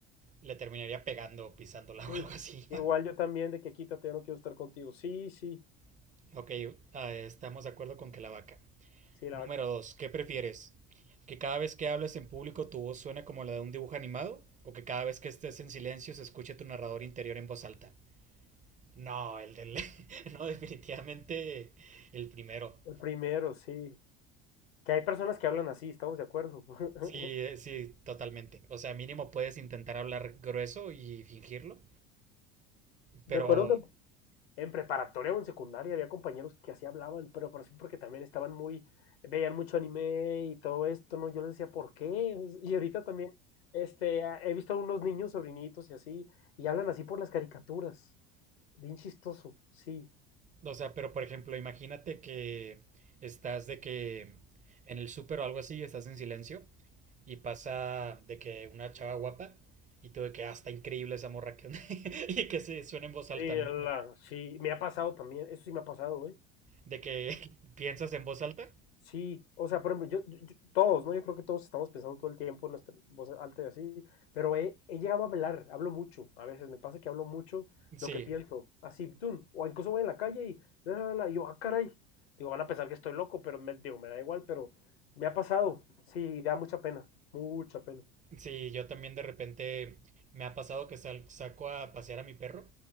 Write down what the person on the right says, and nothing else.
le terminaría pegando, o pisándola
<laughs> o algo así.
<laughs> ok, ah, estamos de acuerdo con que la vaca.
Número
dos, ¿qué prefieres? ¿Que cada vez que hables en público tu voz suene como la de un dibujo animado? ¿O que cada vez que estés en silencio se escuche tu narrador interior en voz alta? No, el del... <laughs> No, definitivamente el primero.
Sí, eh, sí, totalmente. O sea, mínimo puedes intentar hablar grueso y fingirlo,
pero,
o sea, pero por ejemplo, imagínate que estás de que en el súper o algo así, estás en silencio y pasa de que una chava guapa y tú de que, ah, está increíble esa morra que... <laughs> y que se suena en voz alta,
¿no?
de que <laughs> piensas en voz alta.
Sí,
Sí, yo también de repente me ha pasado que sal- saco a pasear a mi perro